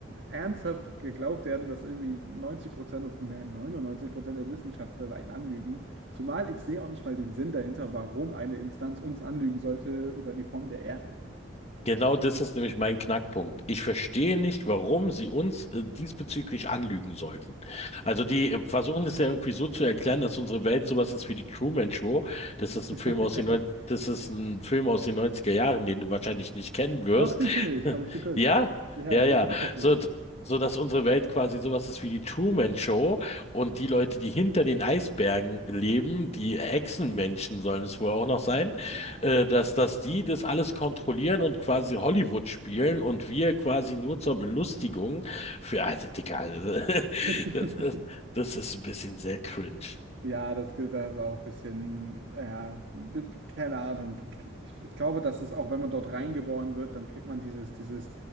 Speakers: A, on the right; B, on the left.
A: ernsthaft geglaubt werden, dass irgendwie 90% und mehr 99% der Wissenschaftler einen anlügen. Zumal ich sehe auch nicht mal den Sinn dahinter, warum eine Instanz uns anlügen sollte über die Form der Erde.
B: Genau das ist nämlich mein Knackpunkt. Ich verstehe nicht, warum sie uns äh, diesbezüglich anlügen sollten. Also die äh, versuchen es ja irgendwie so zu erklären, dass unsere Welt sowas ist wie die Truman Show. Das ist ein
A: <laughs>
B: Film aus den 90, das ist ein Film aus den 90er Jahren, den du wahrscheinlich nicht kennen wirst.
A: Doch, den kenne
B: <laughs>
A: ich, habe ich geguckt.
B: Ja,
A: Ja,
B: ja,
A: sehr
B: ja.
A: guter Film.
B: So, so dass unsere Welt quasi sowas ist wie die Truman Show und die Leute, die hinter den Eisbergen leben, die Echsenmenschen sollen es wohl auch noch sein,
A: Ja.
B: äh, dass, dass die das alles kontrollieren und quasi Hollywood spielen und wir quasi nur zur Belustigung für, also Dicker, also, <laughs>
A: <laughs>
B: das ist, das ist ein bisschen sehr cringe.
A: Ja, das, geht- das ist auch ein bisschen, ja, b- b- keine Ahnung. Die- Ich, ich glaube, dass es auch, wenn man dort reingeboren wird, dann kriegt man dieses, dieses,